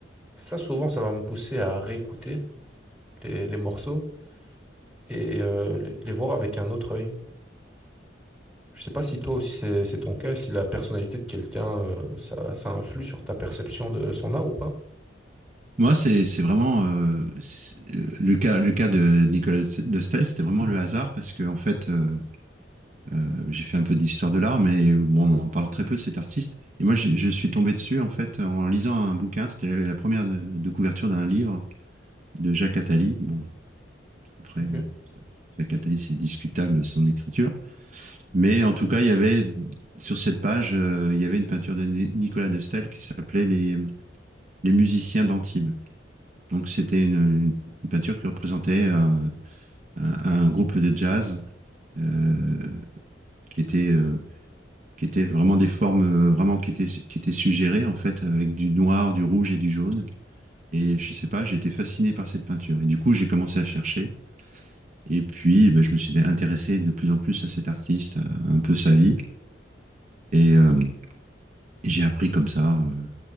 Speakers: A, in the centre; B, on the right.
A: ça, souvent, ça va me pousser à réécouter les, les morceaux et euh, les les voir avec un autre œil. Je sais pas si toi aussi c'est c'est ton cas, si la personnalité de quelqu'un, euh, ça, ça influe sur ta perception de son art ou pas.
B: Moi, c'est c'est vraiment euh, c'est- c'est- euh, le cas le cas de Nicolas de Staël, c'était vraiment le hasard parce que en fait, euh, Euh, j'ai fait un peu d'histoire de l'art, mais bon, on en parle très peu de cet artiste. Et moi, je, je suis tombé dessus en fait en lisant un bouquin. C'était la, la première de, de couverture d'un livre de Jacques Attali. Bon, après,
A: Ok.
B: bon, Jacques Attali, c'est discutable son écriture, mais en tout cas, il y avait sur cette page, euh, il y avait une peinture de Ni- Nicolas de Staël qui s'appelait les, les musiciens d'Antibes. Donc, c'était une, une- une peinture qui représentait un, un- un groupe de jazz euh, qui était euh, qui étaient vraiment des formes euh, vraiment qui étaient, qui étaient suggérées en fait avec du noir, du rouge et du jaune. Et je sais pas, j'ai été fasciné par cette peinture. Et du coup, j'ai commencé à chercher. Et puis, ben, je me suis intéressé de plus en plus à cet artiste, à un peu sa vie. Et euh, j'ai appris comme ça euh,